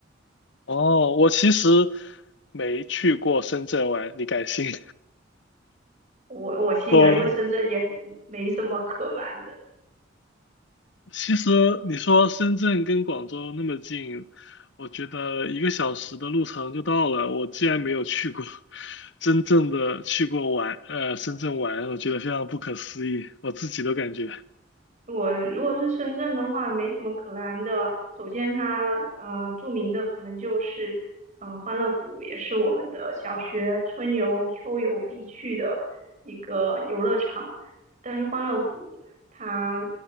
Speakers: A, on the left; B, on the right.
A: 哦，我其实没去过深圳玩，你敢信？
B: 我我信啊，
A: <laughs> 哦。
B: 因为深圳也没什么可玩的。
A: 其实你说深圳跟广州那么近，我觉得一个小时的路程就到了。我既然没有去过，真正的去过玩，呃，深圳玩，我觉得非常不可思议，我自己都感觉。
B: 我如果是深圳的话，没什么可玩的。首先它，呃著名的可能就是呃欢乐谷，也是我们的小学春游、秋游必去的一个游乐场。但是欢乐谷它